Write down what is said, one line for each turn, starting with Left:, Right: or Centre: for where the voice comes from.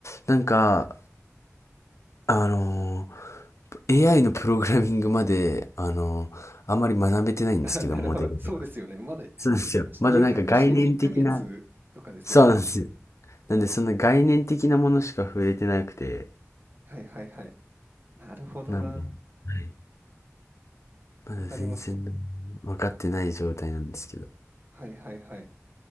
Left: ー、なんか、あのー AI のプログラミングまで、あのーあんまり学べてないんですけど、
Right: <laughs> あ、なるほど。
Left: モデルとか。
Right: そうですよね。まだ
Left: そうなんですよ。まだなんか概念的な、
Right: 入学して1ヶ月とかですよね。
Left: そうなんですよ。なんでそんな概念的なものしか触れてなくて、
Right: はいはいはい。なるほどな。
Left: なんで、はい。まだ全然
Right: わかりまし
Left: 分かってない状態なんですけど。
Right: た。はいはいはい。へ